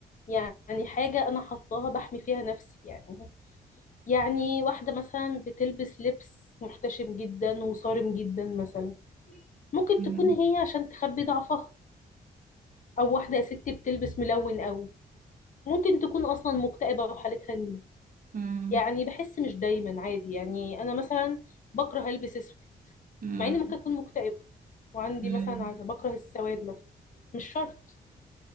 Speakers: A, on the left; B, on the right.
A: يعني حاجة انا حطاها بحمي فيها نفسي يعني يعني واحدة مثلا بتلبس لبس محتشم جدا وصارم جدا مثلا ممكن
B: مم.
A: تكون هي عشان تخبي ضعفها او واحدة يا ستي بتلبس ملون قوي ممكن تكون اصلا مكتئبة وحالتها نيلة
B: مم.
A: يعني بحس مش دايما عادي يعني انا مثلا بكره البس اسود
B: مم.
A: مع اني ممكن اكون مكتئبه وعندي
B: مم.
A: مثلا عزة بكره السواد مثلا مش شرط